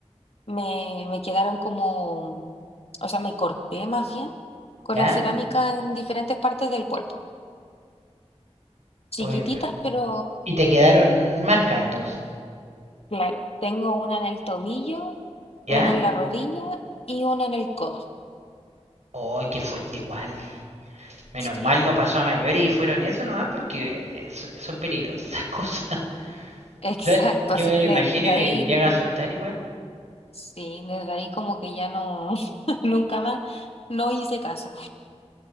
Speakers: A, on the left; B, on the right.
A: me, me quedaron como, o sea, me corté más bien con
B: ¿Ya?
A: la cerámica en diferentes partes del cuerpo. Chiquititas,
B: Oye, pe-
A: pero...
B: Y te quedaron marcas entonces.
A: Claro, tengo una en el tobillo,
B: ¿Ya?
A: una en la rodilla y una en el codo.
B: Oh, qué fuerte igual. Menos
A: Sí,
B: mal no pasó a mayores y fueron eso nomás porque es- son peligrosas esas cosas. <laughs>
A: <laughs> exacto.
B: O sea, yo
A: Así
B: me
A: que
B: lo imagino
A: de
B: y me
A: ahí,
B: llega a asustar igual.
A: sí, desde ahí como que ya no, <laughs> nunca más, no hice caso.